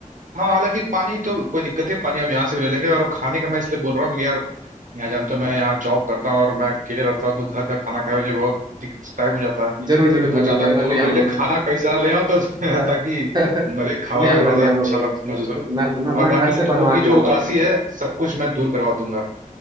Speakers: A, on the right (about 65°); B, on the right (about 30°).
A: हाँ हालांकि पानी तो कोई दिक्कत नहीं पानी हम यहाँ से भी ले लेंगे और खाने का मैं इसलिए बोल रहा हूँ क्योंकि यार यहाँ जानते हो मैं यहाँ जॉब करता हूँ और मैं अकेले रहता हूँ तो घर का खाना खाए मुझे बहुत टाइम हो जाता है
B: जरूर जरूर
A: तो मैं
B: जरूर
A: चाहता
B: भैया
A: हूँ कि
B: मैं
A: तुम
B: ले
A: लोग मेरे
B: आऊंगा
A: लिए खाना कई सारा ले आओ तो
B: हाँ,
A: <laughs> ताकि
B: <laughs>
A: मैं भी खावा
B: ले आऊंगा
A: के थोड़ा
B: ले
A: सा
B: आऊंगा
A: अच्छा
B: भैया
A: लग महसूस करूँ
B: मैं मैं
A: और
B: मैं
A: बाकी
B: घर से
A: जो तुम
B: बनवा
A: लोग की
B: के
A: जो
B: लाऊंगा
A: उदासी है सब कुछ मैं दूर करवा दूंगा